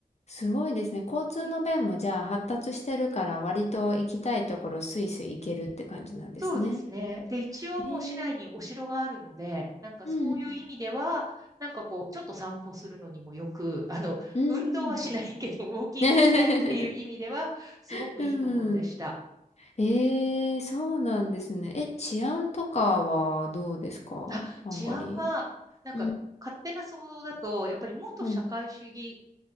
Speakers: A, on the left (about 50°); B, on the right (about 25°).
A: すごいですね。交通の便もじゃあ発達してるから割と行きたいところスイスイ行けるって感じなんですね。
B: うんそうですね。で、一応もう市内にお城があるので、
A: へえ。
B: なんかそういう意味では、
A: うん
B: なんかこう、ちょっと散歩するのにもよく、あの、<laughs>
A: うん。
B: 運動はしないけど、
A: うん。
B: ウォーキングしたいっていう意味では、
A: <laughs>
B: すごくいいところでした。
A: うん。<laughs> ええ、そうなんですね。え、治安とかはどうですかハンガリ
B: あ、治安は、なんか勝手な想像だと、
A: ー。うん。
B: やっぱり元社会主義、
A: はい。